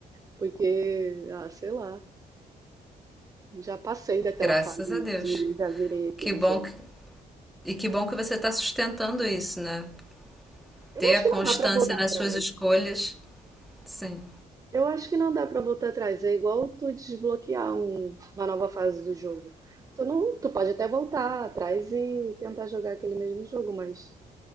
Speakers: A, on the right; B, in the centre.
A: Porque, ah, sei lá. Já passei daquela
B: Graças
A: fasezinha,
B: a Deus.
A: já virei aquele
B: Que bom
A: jogo.
B: que E que bom que você está sustentando isso, né?
A: Eu
B: Ter
A: acho
B: a
A: que
B: constância
A: não dá pra voltar
B: nas
A: atrás.
B: suas escolhas, sim,
A: Eu acho que não dá pra voltar atrás. É igual tu desbloquear um- uma nova fase do jogo. Tu não, tu pode até voltar atrás e tentar jogar aquele mesmo jogo, mas,